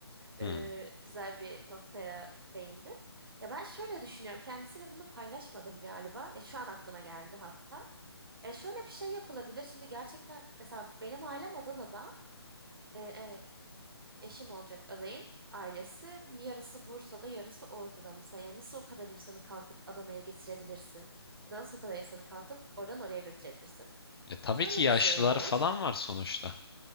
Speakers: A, on the left; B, on the right.
A: Hmm.
B: e, güzel bir noktaya değindin. Ya ben şöyle düşünüyorum. Kendisiyle bunu paylaşmadım galiba. Ya şu an aklıma geldi hatta. E, şöyle bir şey yapılabilir. Şimdi gerçekten mesela benim ailem Adana'da, e, e, eşim olacak adayın ailesi. Yarısı Bursa'da, yarısı Ordu'da. Mesela yani nasıl o kadar insanı kalkıp Adana'ya getirebilirsin? Ya da nasıl o kadar insanı kalkıp oradan oraya götürebilirsin?
A: E, tabii
B: Şöyle
A: ki yaşlılar
B: bir şey olur.
A: falan var sonuçta.